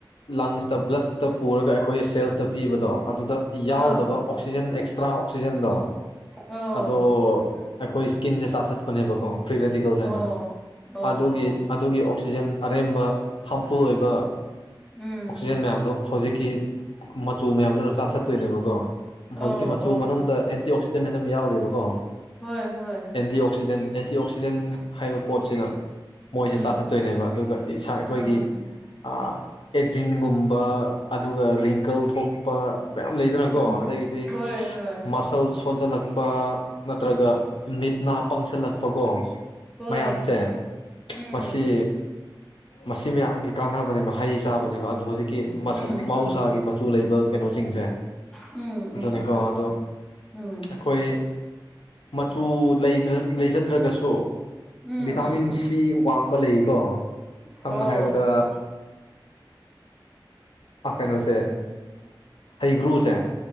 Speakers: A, on the left; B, in the centre.
A: ꯂꯪꯁꯇ ꯕ꯭ꯂꯠꯇ ꯄꯨꯔꯒ ꯑꯩꯈꯣꯏ ꯁꯦꯜꯁꯇ ꯄꯤꯕꯗꯣ ꯑꯗꯨꯗ ꯌꯥꯎꯗꯕ
B: ꯑꯣ
A: ꯑꯣꯛꯁꯤꯖꯦꯟ ꯑꯦꯛꯁꯇ꯭ꯔꯥ ꯑꯣꯛꯁꯤꯖꯦꯟꯗꯣ
B: ꯑꯣ
A: ꯑꯗꯣ ꯑꯩꯈꯣꯏ ꯏꯁꯀꯤꯟꯁꯦ ꯆꯥꯊꯠꯄꯅꯦꯕꯀꯣ ꯐ꯭ꯔꯤ ꯔꯦꯗꯤꯀꯜꯁ
B: ꯑꯣ
A: ꯍꯥꯏꯅ
B: ꯑꯣ
A: ꯑꯗꯨꯒꯤ
B: ꯑꯣ
A: ꯑꯗꯨꯒꯤ ꯑꯣꯛꯁꯤꯖꯦꯟ ꯑꯔꯦꯝꯕ ꯍꯥꯝꯐꯨꯜ ꯑꯣꯏꯕ
B: ꯎꯝ
A: ꯑꯣꯛꯁꯤꯖꯦꯟ ꯃꯌꯥꯝꯗꯣ ꯍꯧꯖꯤꯛꯀꯤ ꯃꯆꯨ ꯃꯌꯥꯝꯗꯨꯅ ꯆꯥꯊꯠꯇꯣꯏꯅꯦꯕꯀꯣ ꯍꯧꯖꯤꯛꯀꯤ
B: ꯑꯣ
A: ꯃꯆꯨ
B: ꯑꯣ
A: ꯃꯅꯨꯡꯗ ꯑꯦꯟꯇꯤ ꯑꯣꯛꯁꯤꯗꯦꯟ ꯍꯥꯏꯅ ꯑꯃ ꯌꯥꯎꯔꯤꯕꯀꯣ
B: ꯍꯣꯏ ꯍꯣꯏ
A: ꯑꯦꯟꯇꯤ ꯑꯣꯛꯁꯤꯗꯦꯟ ꯑꯦꯟꯇꯤ ꯑꯣꯛꯁꯤꯗꯦꯟ ꯍꯥꯏꯕ ꯄꯣꯠꯁꯤꯅ ꯃꯣꯏꯁꯦ
B: ꯎꯝ
A: ꯆꯥꯊꯠꯇꯣꯏꯅꯦꯕ ꯑꯗꯨꯒ ꯏꯁꯥ ꯑꯩꯈꯣꯏꯒꯤ
B: ꯑ
A: ꯑꯦꯠꯖꯤꯡꯒꯨꯝꯕ ꯑꯗꯨꯒ ꯔꯤꯡꯀꯜ ꯊꯣꯛꯄ ꯃꯌꯥꯝ ꯂꯩꯗꯅꯀꯣ
B: ꯎꯝ
A: ꯑꯗꯒꯤꯗꯤ
B: ꯍꯣꯏ ꯍꯣꯏ
A: ꯃꯁꯜ ꯁꯣꯟꯖꯜꯂꯛ ꯅꯠꯇ꯭ꯔꯒ ꯃꯤꯠ ꯅꯥ ꯄꯥꯡꯁꯜꯂꯛꯄꯀꯣ
B: ꯍꯣꯏ
A: ꯃꯌꯥꯝꯁꯦ
B: ꯎꯝ
A: ꯃꯁꯤ ꯃꯁꯤ ꯃꯌꯥꯝꯒꯤ ꯀꯥꯟꯅꯕꯅꯦꯕ ꯍꯩ ꯆꯥꯕꯁꯤꯀꯣ ꯑꯗꯣ ꯍꯧꯖꯤꯛ ꯀ
B: ꯎꯝ
A: ꯃꯍꯧꯁꯥꯒꯤ
B: ꯎꯝ
A: ꯃꯆꯨ ꯂꯩꯕ ꯀꯩꯅꯣꯁꯤꯡꯁꯦ
B: ꯎꯝ ꯎꯝ
A: ꯑꯗꯨꯅꯤꯀꯣ ꯑꯗꯣ
B: ꯎꯝ
A: ꯑꯩꯈꯣꯏ ꯃꯆꯨ ꯂꯩꯖꯗ꯭ꯔꯒꯁꯨ
B: ꯎꯝ
A: ꯚꯤꯇꯥꯃꯤꯟꯁ ꯗ ꯋꯥꯡꯕ ꯂꯩꯀꯣ ꯁꯝꯅ
B: ꯑꯣ
A: ꯍꯥꯏꯔꯕꯗ ꯀꯩꯅꯣꯁꯦ ꯍꯩꯒ꯭ꯔꯨꯁꯦ